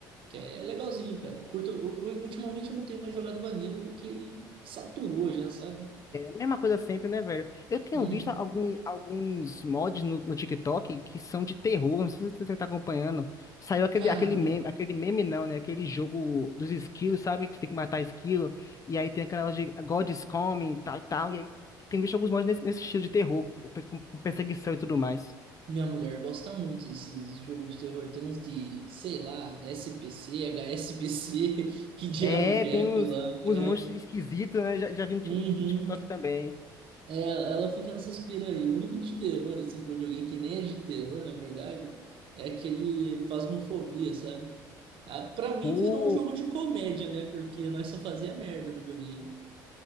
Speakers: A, on the right; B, on the left.
A: que é legalzinho, cara. Eu curto, u- u- ultimamente eu não tenho mais jogado Vanilla porque saturou já, sabe?
B: A mesma coisa sempre, né, velho? Eu tenho
A: Uhum.
B: visto algum, alguns mods no, no TikTok que são de terror, não sei se você tá acompanhando. Saiu aquele,
A: Cara,
B: aquele meme, aquele meme não, né? Aquele jogo dos esquilos, sabe? Que você tem que matar esquilo. E aí tem aquela de God is Coming, e tal e tal. E aí tem visto alguns mods nesse, nesse estilo de terror, com com perseguição e tudo mais.
A: minha mulher gosta muito desses jogos de terror. Tem uns de, sei lá, SPC, HSPC, <laughs> que diabo
B: É,
A: que
B: tem
A: é aquilo
B: uns,
A: lá?
B: uns
A: É.
B: monstros esquisitos, né? Já, já vi no Tik-
A: Uhum.
B: no TikTok também.
A: É, ela fica nessas pira aí. O único de terror, assim, que eu joguei, que nem é de terror, na verdade, é aquele Phasmophobia, sabe? Ah, pra mim
B: Pô,
A: virou um jogo de comédia, né? Porque nós só fazia merda no joguinho.